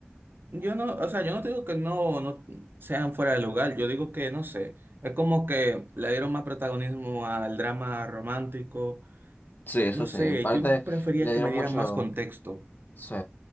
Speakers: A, on the right; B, on the left.
A: Yo no, o sea, yo no te digo que no, no sean fuera de lugar, yo digo que no sé, es como que le dieron más protagonismo al drama romántico,
B: Sí, eso
A: no sé,
B: sí, en parte
A: yo prefería
B: le
A: que
B: dieron
A: me
B: mucho,
A: dieran más contexto
B: sí,